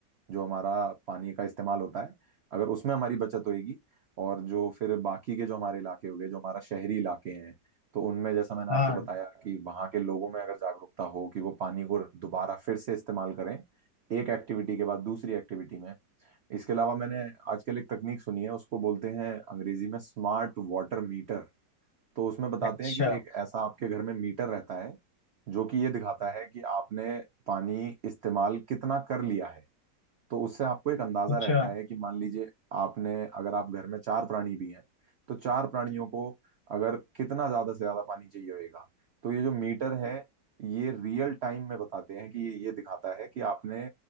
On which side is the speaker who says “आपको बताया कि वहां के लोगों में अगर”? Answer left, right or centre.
Right